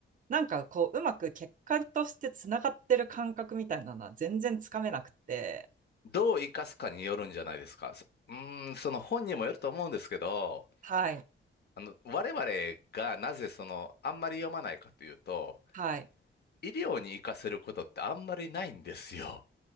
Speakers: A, on the right; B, on the left.
A: なんかこう、うまく結果としてつながってる感覚みたいなのは全然つかめなくて、
B: どう活かすかによるんじゃないですか。そうーん、その本にもよると思うんですけど、
A: はい、
B: あの、我々がなぜその、あんまり読まないかというと、
A: はい、
B: 医療に活かせることってあんまりないんですよ。